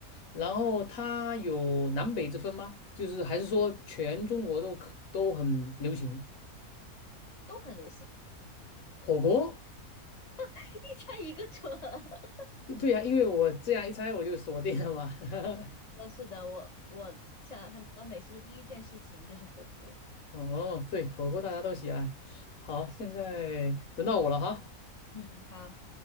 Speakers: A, on the left; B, on the left.
A: 然后它有南北之分吗？就是还是说全中国都可都很流行
B: 都很流行。
A: 火锅？
B: <laughs> 一猜一个准。<laughs>
A: <laughs> 对呀、因为我这样一猜我就锁定了嘛。<laughs>
B: 那是的，我我想想到美食的第一件事情就是火锅。
A: 哦，对，火锅大家都喜爱。好，现在轮到我了哈。
B: 嗯，好，